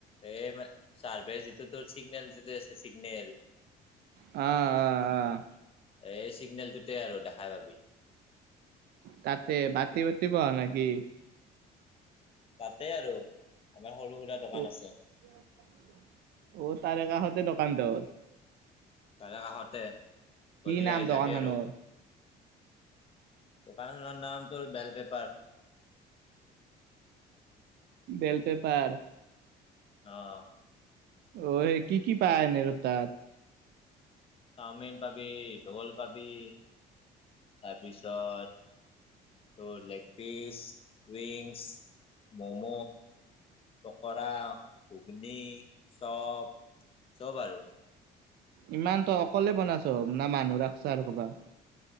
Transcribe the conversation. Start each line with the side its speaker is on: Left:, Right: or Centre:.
Left: এই মানে চাৰভে যিটো তোৰ চিগ্নেল টো যে আছে চিগ্নেল।
Right: অ অ। অ
Left: এই চিগনেলটোতে আৰু দেখাই পাবি।
Right: তাতে বাতে বাতে বহা নেকি?
Left: তাতে আৰু আমাৰ সৰু সুৰা দোকান
Right: অ
Left: আছে।
Right: <inaudible> অ তাৰে কাষতে দোকান তোৰ?
Left: তাৰে কাষতে,
Right: কি
Left: গধূলি
Right: নাম
Left: আহি
Right: দোকানখনৰ
Left: যাবি আৰু। দোকানখনৰ নাম তোৰ বেল পেপাৰ।
Right: বেলপেপাৰ?
Left: অঁ।
Right: ঐ কি কি পায় এনে আৰু তাত?
Left: চাওমিন পাবি, ৰোল পাবি তাৰপিছত তোৰ লেগ পিছ, উইংছ, মম পকৰা, ঘুগনি, চপ চব আৰু।
Right: ইমান তই অকলে বনা চব? না মানুহ ৰাখছা আৰু কাবাক?